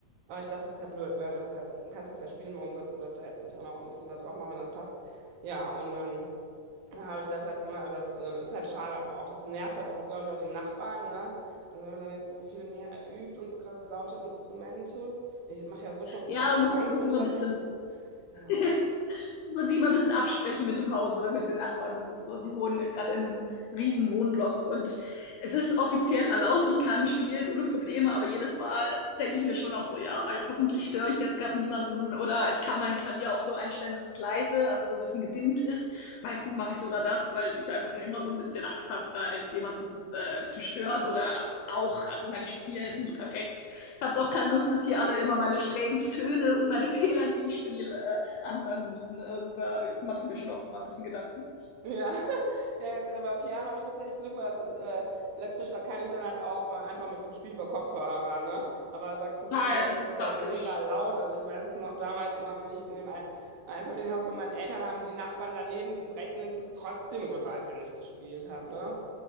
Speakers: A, on the right; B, on the left.
A: Aber ich dachte, das ist ja blöd, ne? Du hast ja, kannst das ja spielen, warum sollst du das da jetzt nicht auch noch ein bisschen da drauf machen, wenn das passt? Ja, und dann, dann habe ich das halt gemacht, aber das äh, ist halt schade, aber auch das nervt halt auch, glaube ich, auch die Nachbarn, ne? Also wenn man dann jetzt so viel näher übt und so gerade so laute Instrumente. Ich mache ja so schon
B: ja,
A: auch Gesangsunterricht.
B: muss man sich immer ein bisschen
A: Ne? Ja.
B: <laughs> muss man sich immer ein bisschen absprechen mit dem Haus oder mit den Nachbarn. Das ist so, sie wohnen gerade in einem riesen Wohnblock und es ist offiziell erlaubt, ich kann spielen ohne Probleme, aber jedes Mal denke ich mir schon auch so, ja, ja hoffentlich störe ich jetzt gerade niemanden oder ich kann mein Klavier auch so einstellen, dass es leise, also so ein bisschen gedimmt ist. Meistens mache ich sogar das, weil ich einfach immer so ein bisschen Angst habe, da jetzt jemanden äh, zu stören oder auch, also ich meine, ich spiele jetzt nicht perfekt. Ich habe auch keine Lust, dass hier alle immer meine schrägen Töne und meine <laughs> Fehler, die ich spiele, äh, anhören müssen. Also da mache ich mir schon auch mal ein bisschen Gedanken.
A: Ja, <laughs> ja, klar, beim Piano habe ich tatsächlich Glück, weil das ist äh, elektrisch, da kann ich dann halt auch äh, einfach mit spiele ich über Kopfhörer, ne? Aber Saxophon
B: Ah ja, das ist
A: ist
B: praktisch.
A: halt mega laut. Also ich weiß es noch damals immer, wenn ich in dem Ei- Einfamilienhaus von meinen Eltern haben die Nachbarn daneben rechts und links das trotzdem gehört, wenn ich gespielt habe, ne?